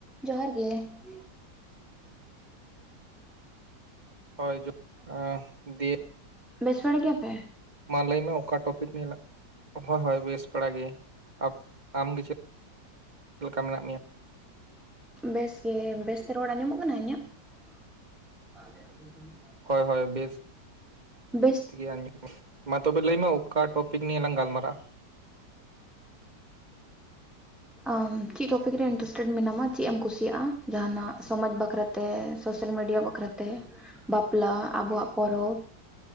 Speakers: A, in the centre; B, on the right.
A: ᱡᱚᱦᱟᱨ ᱜᱮ <unintelligible> ᱼᱼ
B: <unintelligible> ᱼᱼ
A: ᱵᱮᱥ ᱵᱟᱲᱟ ᱜᱮᱭᱟᱯᱮ?
B: ᱢᱟ ᱞᱟᱹᱭᱢᱮ ᱚᱠᱟ ᱴᱚᱯᱤᱠ ᱦᱳᱭ ᱦᱳᱭ ᱵᱮᱥ ᱵᱟᱲᱟᱜ ᱜᱮᱭᱟᱹᱧ ᱟᱢ ᱜᱮ ᱪᱮᱫ ᱞᱮᱠᱟ ᱢᱮᱱᱟᱜ ᱢᱮᱭᱟ?
A: ᱵᱮᱥ ᱜᱮ ᱵᱮᱥᱛᱮ ᱨᱚᱲ ᱟᱸᱡᱚᱢᱚᱜ ᱠᱟᱱᱟ ᱤᱧᱟᱹᱜ? <unintelligible> ᱼᱼ
B: ᱦᱳᱭ ᱦᱳᱭ ᱵᱮᱥ
A: ᱵᱮᱥ
B: ᱫᱷᱤᱭᱟᱱ ᱢᱟ ᱛᱚᱵᱮ ᱞᱟᱹᱭ ᱢᱮ ᱚᱠᱟ ᱴᱚᱯᱤᱠ ᱱᱤᱭᱟᱹ ᱞᱟᱝ ᱜᱟᱞ ᱢᱟᱨᱟᱜ ᱟ?
A: ᱟᱢ ᱪᱮᱫ ᱴᱚᱯᱤᱠ ᱨᱮ ᱤᱱᱴᱟᱨᱮᱥᱴᱮᱰ ᱢᱮᱱᱟᱢᱟ ᱪᱮᱫ ᱮᱢ ᱠᱩᱥᱤᱭᱟᱜᱼᱟ ᱡᱟᱦᱟᱱᱟᱜ ᱥᱚᱢᱟᱡᱽ ᱵᱟᱠᱷᱨᱟ ᱛᱮ ᱥᱳᱥᱟᱞ ᱢᱤᱰᱤᱭᱟ ᱵᱟᱠᱷᱨᱟ ᱛᱮ ᱵᱟᱯᱞᱟ ᱟᱵᱚᱣᱟᱜ ᱯᱚᱨᱚᱵᱽ